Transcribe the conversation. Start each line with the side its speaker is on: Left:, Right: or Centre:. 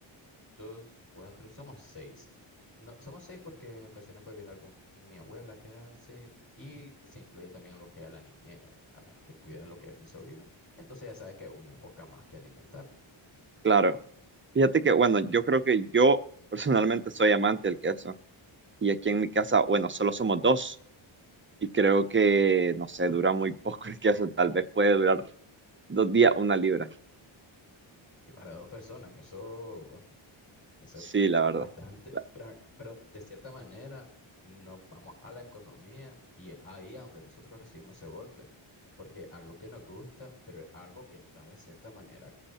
Left: dos, cuatro, somos seis. No, somos seis porque en ocasiones puede venir algún, mi abuela a quedarse y se incluye también a lo que es a la niñera, a la que cuida lo que es mi sobrino. Entonces ya sabes que es una boca más que alimentar.
Right: Claro, fíjate que, bueno, yo creo que yo personalmente soy amante del queso. Y aquí en mi casa, bueno, solo somos dos. y creo que, no sé, dura muy poco el queso, tal vez puede durar dos días una libra.
Left: Y para dos personas, eso Eso
Right: Sí,
Left: es
Right: la verdad.
Left: bastante,
Right: La-
Left: pero, pero de cierta manera nos vamos a la economía y es ahí a donde nosotros recibimos ese golpe, porque algo que nos gusta, pero es algo que está de cierta manera